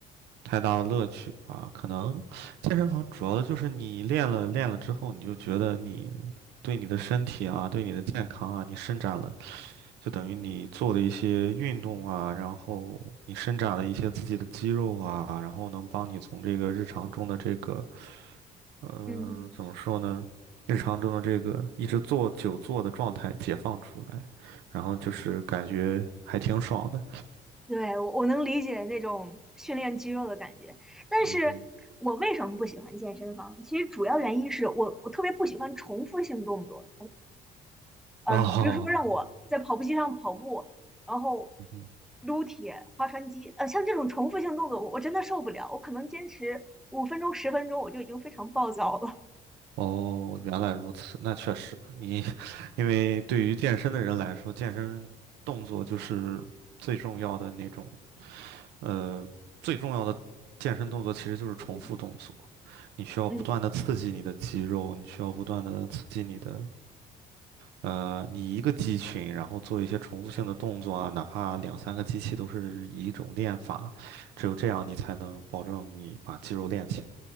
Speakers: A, on the right; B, in the centre.
A: 太大的乐趣吧。可能健身房主要的就是你练了练了之后，你就觉得你对你的身体啊，对你的健康啊，你伸展了，就等于你做的一些运动啊，然后你伸展了一些自己的肌肉啊，然后能帮你从这个日常中的这个，呃，
B: 嗯，
A: 怎么说呢？日常中的这个一直坐久坐的状态解放出来，然后就是感觉还挺爽的。
B: 对，我我能理解那种训练肌肉的感觉，但是
A: 嗯哼，
B: 我为什么不喜欢健身房？其实主要原因是我我特别不喜欢重复性动作，嗯，
A: 哦，
B: 比如说让我在跑步机上跑步，然后
A: 嗯哼，
B: 撸铁、划船机，呃，像这种重复性动作，我我真的受不了，我可能坚持五分钟、十分钟，我就已经非常暴躁了。
A: 哦，原来如此，那确实，你 <laughs> 因为对于健身的人来说，健身动作就是最重要的那种，呃，最重要的健身动作其实就是重复动作，
B: 嗯
A: 你需要不断的刺激你的肌肉，
B: 嗯，
A: 你需要不断的刺激你的，呃，你一个肌群，然后做一些重复性的动作啊，哪怕两三个机器都是一种练法，只有这样你才能保证你把肌肉练起来。